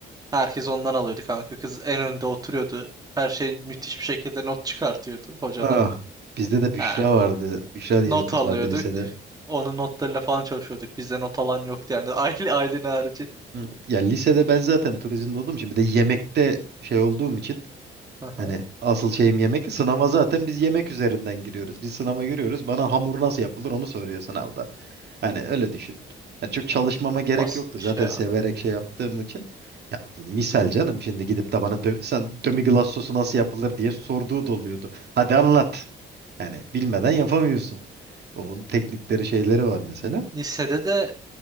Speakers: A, on the right (about 20°); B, on the right (about 55°).
A: Herkes ondan alıyordu kanka. Kız en önde oturuyordu. Her şey müthiş bir şekilde not çıkartıyordu hocadan.
B: Ah, bizde de Büşra
A: Ha,
B: vardı. Büşra diye
A: not
B: bir kız
A: alıyorduk.
B: vardı lisede.
A: Onun notlarıyla falan çalışıyorduk. Bizde not alan yoktu yani. <laughs> Aile, ailen harici.
B: Hı, Ya lisede ben zaten turizmde olduğum için bir de yemekte şey olduğum için
A: Aha,
B: hani asıl şeyim yemek. Sınava zaten biz yemek üzerinden giriyoruz. Biz sınava giriyoruz. Bana hamur nasıl yapılır onu soruyor sınavda. Hani öyle düşün. Yani çok çalışmama gerek
A: basitmiş
B: yoktu. Zaten
A: ya.
B: severek şey yaptığım için. Ya bu misal canım. Şimdi gidip de bana dö- sen dömiglas sosu nasıl yapılır diye sorduğu da oluyordu. Hadi anlat. Yani bilmeden yapamıyorsun. Onun teknikleri şeyleri var mesela.
A: Lisede de